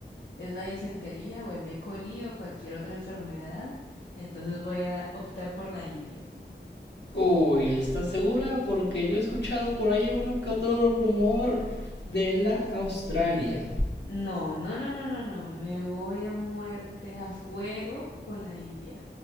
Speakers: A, on the left (about 85°); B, on the left (about 65°).
A: es la disentería o el E. coli o cualquier otra enfermedad, entonces voy a optar por la India.
B: Uy, ¿estás segura? Porque yo he escuchado por ahí uno que otro rumor de la Australia.
A: No, no, no, no, no, no, me voy a muerte, a fuego con la India.